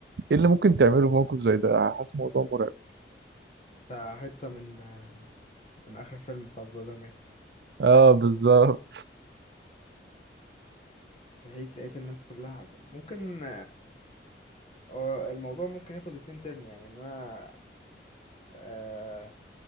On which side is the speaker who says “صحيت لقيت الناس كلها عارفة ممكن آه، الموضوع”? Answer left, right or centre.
Left